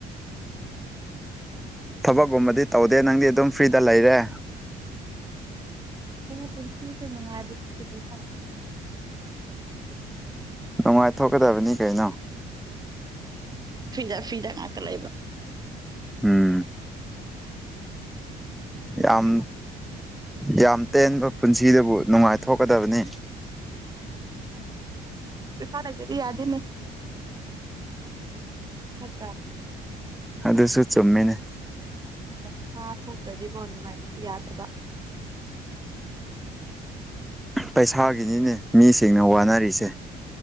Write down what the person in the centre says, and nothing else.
ꯊꯕꯛꯀꯨꯝꯕꯗꯤ ꯇꯧꯗꯦ ꯅꯪꯗꯤ ꯑꯗꯨꯝ ꯐ꯭ꯔꯤꯗ ꯂꯩꯔꯦ
ꯅꯨꯡꯉꯥꯏꯊꯣꯛꯀꯗꯕꯅꯤ ꯀꯩꯅꯣ
ꯎꯝ
ꯌꯥꯝ
ꯌꯥꯝ ꯇꯦꯟꯕ ꯄꯨꯟꯁꯤꯗꯕꯨ ꯅꯨꯡꯉꯥꯏꯊꯣꯛꯀꯗꯕꯅꯤ
ꯑꯗꯨꯁꯨ ꯆꯨꯝꯃꯦꯅꯦ
ꯄꯩꯁꯥꯒꯤꯅꯤꯅꯦ ꯃꯤꯁꯤꯡꯅ ꯋꯥꯅꯔꯤꯁꯦ